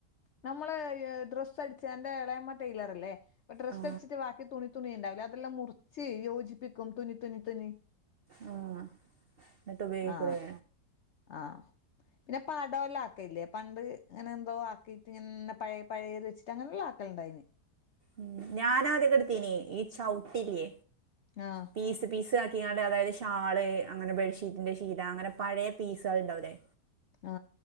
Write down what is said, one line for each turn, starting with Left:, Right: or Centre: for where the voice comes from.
Left: നമ്മള് ഡ്രസ്സ് അടിച്ചേൻ്റേ എളേമ്മ ടൈലർ ഇല്ലേ അപ്പൊ ഡ്രസ്സ്
Right: ആ
Left: അടിച്ചിട്ട് ബാക്കി തുണി തുണി ഉണ്ടാവില്ലേ അതെല്ലാം മുറിച്ച് യോജിപ്പിക്കും തുന്നി തുന്നി തുന്നി,
Right: ആ എന്നിട്ട് ഉപയോഗിക്കൂലേ
Left: ആ ആ പിന്നെ പടോല ക്കല്ലേ പണ്ട് ഇങ്ങനെ എന്തോ ആക്കിട്ട് ഇങ്ങനെ പഴ പഴയേത് വെച്ചിട്ട് അങ്ങനെയുള്ള ആക്കലിണ്ടായിന്നു
Right: ഉ ഞാനാദ്യക്കെ എടുത്തീനി ഈ ചൗട്ടില്ലേ
Left: ആഹ്
Right: പീസ് പീസ് ക കാണ്ട് അതായത് ഷാള് അങ്ങനെ ബെഡ്ഷീറ്റിന്റെ ശീല അങ്ങനെ പഴയ പീസാളുണ്ടാവൂല്ലേ
Left: ആ